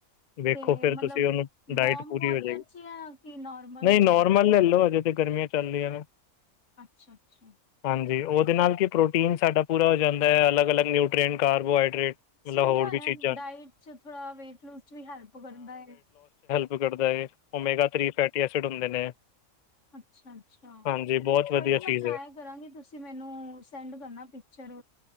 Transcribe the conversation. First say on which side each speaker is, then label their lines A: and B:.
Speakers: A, on the left; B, on the left.
A: ਵੇਖੋ
B: ਤੇ
A: ਫੇਿਰ
B: ਮਤਲਬ
A: ਤੁਸੀਂ ਉਹਨੂੰ ਡਾਇਟ
B: ਵਾਰਮ
A: ਪੂਰੀ
B: ਵਾਟਰ
A: ਹੋ ਜਾਏਗੀ
B: ਚ ਜਾਂ ਕਿ ਨੋਰਮਲ
A: ਨਹੀਂ
B: ਵਾਟਰ
A: ਨੋਰਮਲ ਲੈ ਲਓ ਹਜੇ ਗਰਮੀਆਂ ਚੱਲ ਰਹੀਆਂ ਨਾ
B: ਅੱਛਾ ਅੱਛਾ
A: ਹਾਂਜੀ ਉਹਦੇ ਨਾਲ ਕੀ ਪ੍ਰੋਟੀਨ ਸਾਡਾ ਪੂਰਾ ਹੋ ਜਾਂਦਾ ਹੈ ਅਲੱਗ ਅਲੱਗ ਨਿਊਟਰੀਟ ਕਾਰਬੋਹਾਈਡਰੇਟ ਮਤਲਬ
B: ਸੁਣਿਆ
A: ਹੋਰ ਵੀ
B: ਹੋ
A: ਚੀਜ਼ਾਂ
B: ਡਾਇਟ ਥੋੜਾ ਵੇਟ ਲੂ ਹੈਲਪ ਕਰਦਾ ਹੈ
A: ਵਿਗੜਦਾ ਹੈ ਉਹਮੇਗਾਥ ਫੈਸਿਡ ਹੁੰਦੇ ਨੇ
B: ਅੱਛਾ ਅੱਛਾ
A: ਹਾਂਜੀ ਬਹੁਤ ਵਧੀਆ
B: ਕੋਈ ਨਹੀਂ ਮੈਂ
A: ਚੀਜ਼
B: ਟਰਾਈ
A: ਏ
B: ਕਰਾਂਗੀ ਤੁਸੀਂ ਮੈਨੂੰ ਸੈਂਡ ਕਰਨਾ ਪਿਕਚਰ